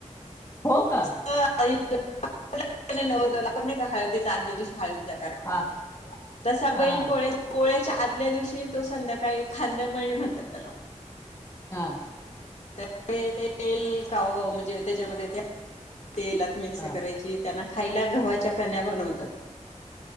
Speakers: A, on the left (about 25°); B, on the left (about 65°).
A: हो का?
B: लग्नाच्या आधी आपण नाही का नवरदेवाला हळदीचा आदल्या दिवशी हळदीचा कार्यक्रम
A: हां,
B: तसा
A: हां,
B: बैल
A: हां,
B: पोळ्या पोळ्याच्या आदल्या दिवशी तो संध्याकाळी खांदेमळणी म्हणतात त्याला
A: हा
B: तर ते तेल काव म्हणजे त्याच्यामध्ये ते तेलात मिक्स
A: हां.
B: करायची त्यांना खायला गव्हाच्या कण्या बनवतात